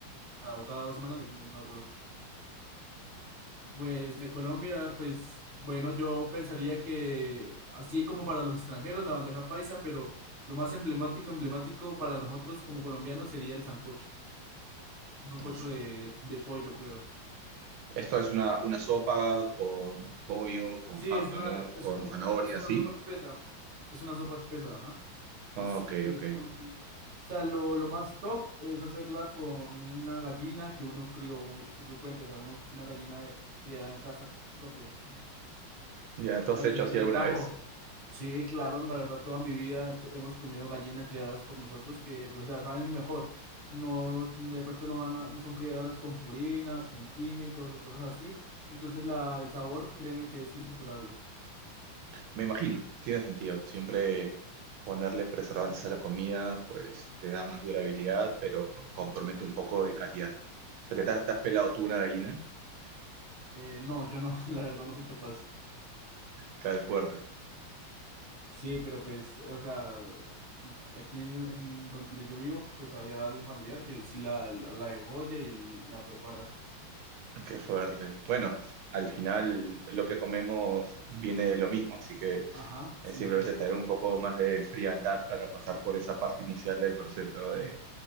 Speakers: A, on the right; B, on the right.
A: ah, cada dos semanas me como una o dos. Pues de Colombia, pues bueno, yo pensaría que así como para los extranjeros la bandeja paisa, pero lo más emblemático, emblemático para nosotros como colombianos sería el sancocho, un sancocho
B: El sancocho.
A: de, de- de pollo, creo.
B: Esto es una, una sopa con pollo, con
A: Sí,
B: papa,
A: es una,
B: con
A: es como
B: zanahoria,
A: una, es una
B: ¿sí?
A: sopa espesa, es una sopa espesa, ajá. Es,
B: Ok,
A: es
B: ok.
A: con un- o sea, lo, lo más top es hacerla con una gallina que uno crió por su cuenta, o sea, uno, una gallina de- criada en casa propia, o
B: Ya, ¿tú
A: sea,
B: has
A: una gallinita
B: hecho así
A: de
B: alguna
A: campo.
B: vez?
A: Sí, claro, la verdad, toda mi vida t- hemos comido gallinas criadas por nosotros que, pues, o sea, saben mejor. No, de pronto no van a- no son criadas con purina, con químicos o cosas así. Entonces, la, el sabor, créeme que es insuperable.
B: Me imagino, tiene sentido. Siempre ponerle preservantes a la comida, pues le da más durabilidad, pero compromete un poco de calidad. O sea, que te has, te has pelado tú una gallina.
A: Eh, no, yo no, <laughs> la verdad, no soy capaz.
B: Claro, es fuerte.
A: Sí, pero pues, eh, o sea, aquí en, en donde yo vivo, pues había algún familiar que sí la, la, la degolla y la prepara.
B: Qué fuerte. Bueno, al final lo que comemos viene de lo mismo, así que
A: Ajá,
B: es
A: sí,
B: simplemente
A: sí,
B: tener un poco más de frialdad para pasar por esa parte inicial del proceso de,